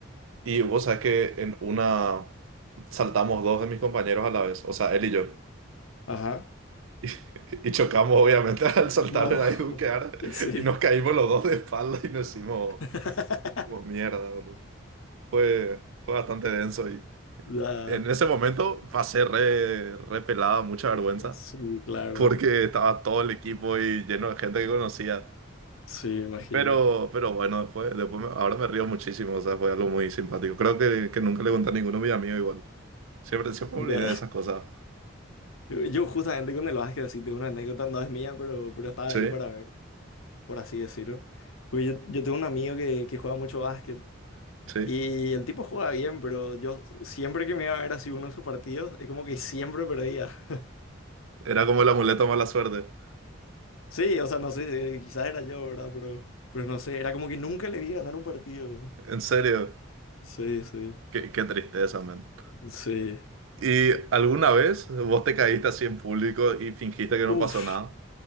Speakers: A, on the right; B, on the left.
A: Y vos sabés que en una saltamos dos de mis compañeros a la vez, o sea, él y yo.
B: ajá.
A: <laughs> Y, chocamos obviamente <laughs> al saltar
B: No.
A: era y dunkear
B: <laughs> Y sí.
A: y nos caímos los dos de espalda y nos hicimos,
B: <laughs>
A: hicimos mierda, boludo. Fue, fue bastante denso y
B: Ya.
A: en ese momento pasé re, re pelada, mucha vergüenza.
B: Sí, claro.
A: porque estaba todo el equipo y lleno de gente que conocía.
B: Sí, me imagino.
A: Pero, pero bueno, después, después me- ahora me río muchísimo, o sea, fue algo muy simpático. Creo que, que nunca le conté a ninguno de mis amigos igual. Siempre, siempre
B: Ya.
A: me olvidé de esas cosas.
B: Yo justamente con el básquet así tengo una anécdota, no es mía, pero, pero estaba
A: Sí,
B: ahí para ver, por así decirlo. Porque yo, yo tengo un amigo que, que juega mucho básquet
A: sí.
B: Y el tipo juega bien, pero yo siempre que me iba a ver así uno de sus partidos, es como que siempre perdía. <laughs>
A: Era como el amuleto de mala suerte.
B: Sí, o sea, no sé, quizás era yo, ¿verdad? Pero, pero no sé, era como que nunca le vi ganar un partido.
A: En serio,
B: Sí, sí,
A: qué, qué tristeza, man.
B: sí.
A: ¿Y alguna vez vos te caíste así en público y fingiste que no
B: Uf,
A: pasó nada?